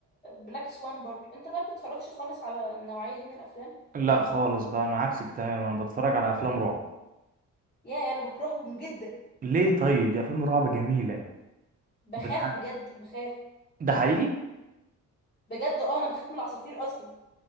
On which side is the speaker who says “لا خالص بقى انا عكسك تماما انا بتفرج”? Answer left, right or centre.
Right